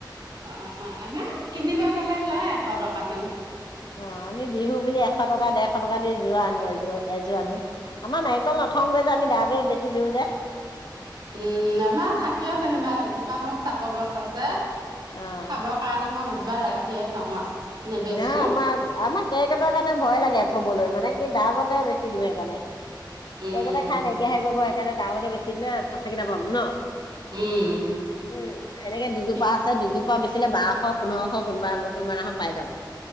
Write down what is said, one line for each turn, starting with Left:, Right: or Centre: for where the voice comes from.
Right: অ' আমাক কিনিব গ'লে লয় এশ টকামান।
Left: অ' আমি বিহু বুলি এশ টকা, ডেৰশ টকা দি যোৰা আনো এযোৰ, এযোৰ আনো। আমাৰ নাৰিকল নথওঁগৈ যে আমি দাবে বেছি দিওঁ যে।
Right: উম, আমাৰ থাকে যেনিবা এজোপা মোৰ চাপৰ গছ আছে,
Left: অ'
Right: খাব কাৰণে মই হেজিবা ৰাখিয়ে থওঁ আৰু। নেবেচো
Left: নহয় আমাৰ, আমাৰ কেৰ্কেটুৰ কাৰণে ভয় লাগে থ'বলৈ মানে কি দাবতে বেছি দিওঁ সেইকাৰণে।
Right: উম
Left: কেৰ্কেটুৱা
Right: উম
Left: খাই নাইকিয়াহে কৰিব সেইকাৰণে দাবতে বেছি দিলে পইচা কেইটা পাম ন'।
Right: উম।
Left: উম, এনেকে দুজোপা
Right: ঠিক
Left: আছে দুজোপা বেচিলে বাৰশ, পোন্ধৰশ কোনোবা কোনোবা দিনাখন পাই যাওঁ।